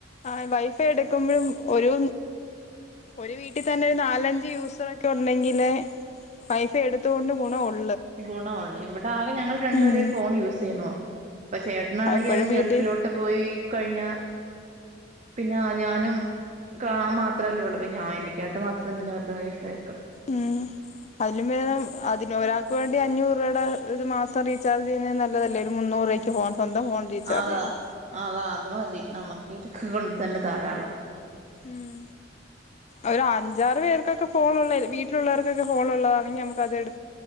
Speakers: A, on the left; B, on the right.
A: ആഹ് വൈഫൈ എടുക്കുമ്പഴും ഒരു ഒരു വീട്ടീ തന്നെ ഒരു നാലഞ്ച് യൂസ് സൊക്കെ ഉണ്ടെങ്കിലേ വൈഫൈ എടുത്തുകൊണ്ട് ഗുണൊള്ളു.
B: ഗുണഒള്ള് ഇവടെ ആകെ ഞങ്ങൾ രണ്ട്
A: ഉം
B: പേരെ ഫോൺ യൂസ് ചെയ്യുന്നുള്ളു. അപ്പ ചേട്ടനാണെങ്കിൽ
A: എപ്പോഴും
B: അങ്ങ് ഗൾഫിലോട്ട്
A: വീട്ടിൽ
B: പോയി കഴിഞ്ഞ പിന്നെ ഞാനും കാ മാത്രല്ലേ ഉള്ളൂ ഞാൻ എനിക്കായിട്ട് മാത്രം എന്തിന വെർതെ വൈഫൈക്കെ
A: ഉം അതിലും ബേധം അതിന് ഒരാൾക്ക് വേണ്ടി അഞ്ഞൂറ് രൂപേടെ ഒരു മാസം റീചാർജ് ചെയ്യുന്നതീ നല്ലതല്ലേ ഒര് മുന്നൂ മുന്നൂറ് രൂപയ്ക്ക് ഫോൺ സ്വന്തം ഫോൺ റീചാർജ്
B: അതാ
A: ചെയ്യുന്നേ.
B: അതാ അത് മതി നമ്മക്കിതൊക്കെ കൊണ്ട് തന്നെ ധാരാളം
A: മ് ഒര് അഞ്ചാറ് പേര്ക്കൊക്കെ ഫോൺ ഉള്ള വീട്ടിലുള്ളവർക്കൊക്കെ ഫോൺ ഉള്ളതാണെങ്കി നമ്മക്കത് എട്